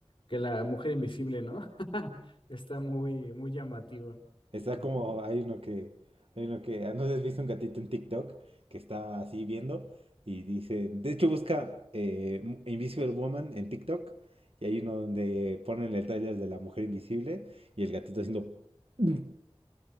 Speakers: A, on the left; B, on the right.
A: que la Mujer Invisible, ¿no? <laughs> Está muy, muy llamativa,
B: Está
A: ¿no?
B: como, hay uno que, hay uno que, ah, no sé si has visto un gatito en TikTok que está así viendo y dice, de hecho busca eh, Mu- Invisible Woman en TikTok y hay uno donde ponen el tráiler de la mujer invisible y el gatito haciendo... <laughs>